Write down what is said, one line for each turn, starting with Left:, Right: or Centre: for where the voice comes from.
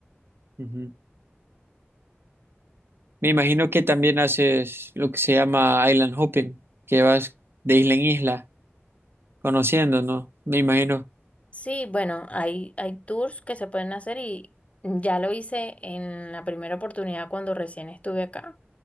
Right: Ujú. me imagino que también haces lo que se llama island hopping, que vas de isla en isla, conociendo, ¿no? Me imagino.
Left: Sí, bueno, hay, hay tours que se pueden hacer y ya lo hice en la primera oportunidad cuando recién estuve acá